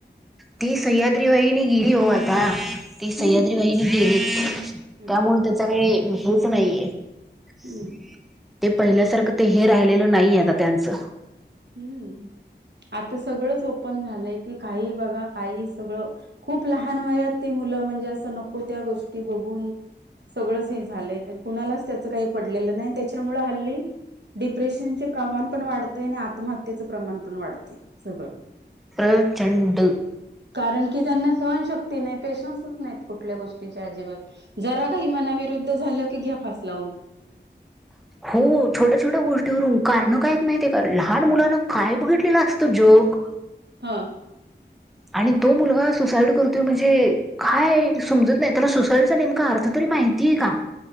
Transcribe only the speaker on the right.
हम्म
हम्म
हम्म
हम्म आता सगळंच ओपन झालंय की काही बघा काही सगळं खूप लहान वयात ते मुलं म्हणजे असं नको त्या गोष्टी बघून सगळंच हे झालंय कुणालाच त्याच काही पडलेलं नाही त्याच्यामुळ हल्ली डिप्रेशनचे प्रवाान पण वाढतय आणि आ आत्महत्येचं प्रमाण पण वाढते सगळं
कारण की त्यांना सहन शकतो ती नाही पेशन्सच नाहीत कुठल्या गोष्टीच्या अजिबात जरा काही मनाविरुद्ध झालं की घ्या फास लावून
हा